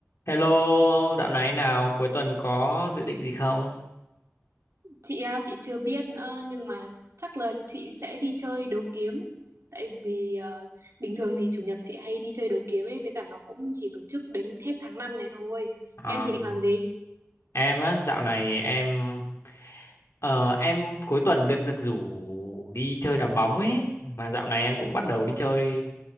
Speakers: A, on the left (about 70°); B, on the right (about 75°).
A: Hello, dạo này nào, cuối tuần có dự định gì không?
B: Chị á, chị chưa biết nữa nhưng mà chắc là chị sẽ đi chơi đấu kiếm. Tại vì ờ, bình thường thì chủ nhật chị hay đi chơi đấu kiếm ấy với cả nó cũng chỉ tổ chức đến hết tháng 5 này thôi.
A: À,
B: Em thì định làm gì?
A: em á, dạo này em ờ, em cuối tuần em được rủ đi chơi đá bóng ấy, mà dạo này em cũng bắt đầu đi chơi